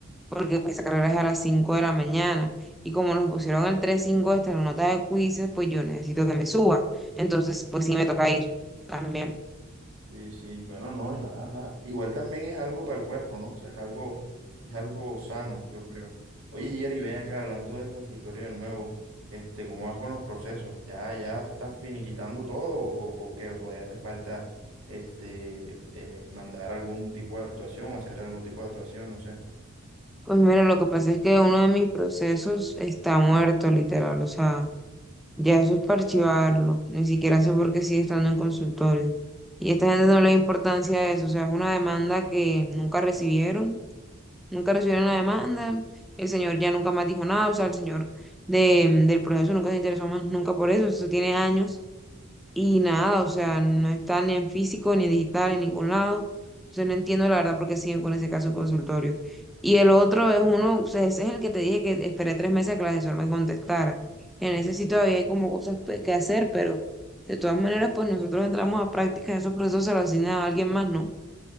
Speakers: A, in the centre; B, on the right.
A: porque pues esa carrera es a las cinco de la mañana. Y como nos pusieron el tres cinco hasta la nota de quizzes, pues yo necesito que me suba. Entonces, pues sí me toca ir también.
B: Sí, sí, bueno, no, y nada, ajá. Igual también es algo para el cuerpo, ¿no? O sea, es algo, es algo sano, yo creo. Oye, Jerry, ven acá hablando de consultorio de nuevo, este, ¿cómo vas con los procesos? ¿Ya, ya estás finiquitando todo o, o qué? ¿O todavía te falta este, eh, mandar algún tipo de actuación, hacer algún tipo de actuación, no sé?
A: Pues mira, lo que pasa es que uno de mis procesos está muerto, literal. O sea, ya eso es para archivarlo. Ni siquiera sé por qué sigue estando en consultorio. Y esta gente no le da importancia a eso. O sea, es una demanda que nunca recibieron nunca recibieron la demanda, el señor ya nunca más dijo nada, o sea, el señor de, del proceso nunca se interesó más, nunca por eso, eso tiene años y nada, o sea, no está ni en físico, ni en digital, en ningún lado, entonces no entiendo la verdad por qué siguen con ese caso en consultorio. Y el otro es uno, o sea, ese es el que te dije que esperé tres meses a que la asesor me contestara. En ese sí todavía hay como cosas pe- que hacer, pero de todas maneras, pues nosotros entramos a prácticas, esos procesos se los asignan a alguien más, ¿no?